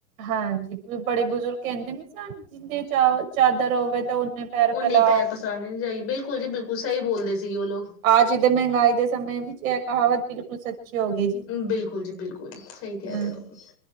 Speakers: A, on the right (about 55°); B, on the left (about 30°).
A: ਹਾਂਜੀ, ਬੜੇ ਬੁਜ਼ੁਰਗ ਕਹਿੰਦੇ ਨੇਂ ਸਾਨੂੰ ਜਿੰਹਨੀਂ ਚਾਵ, ਚਾਦਰ ਹੋਵੇ, ਤੇ ਉਹਨੇ ਪੈਰ
B: ਓਹਨੇਂ
A: ਫੈਲਾਓ
B: ਹੀ ਪੈਰ ਪਸਾਰਨੇ ਚਾਹੀਏ। ਬਿਲਕੁਲ ਜੀ, ਬਿਲਕੁਲ ਸਹੀ ਬੋਲਦੇ ਸੀਗੇ ਉਹ ਲੋਕ।
A: ਆਜ ਇਹਦੇ, ਮਹਿੰਗਾਈ ਦੇ ਸਮੇਂ ਵਿੱਚ ਇਹ ਕਹਾਵਤ ਬਿਲਕੁਲ ਸੱਚੀ ਹੋ ਗਈ ਜੀ।
B: ਬਿਲਕੁਲ ਜੀ, ਬਿਲਕੁਲ ਸਹੀ ਕਹਿ
A: ਹਾਂਜੀ
B: ਰਹੇ ਹੋ।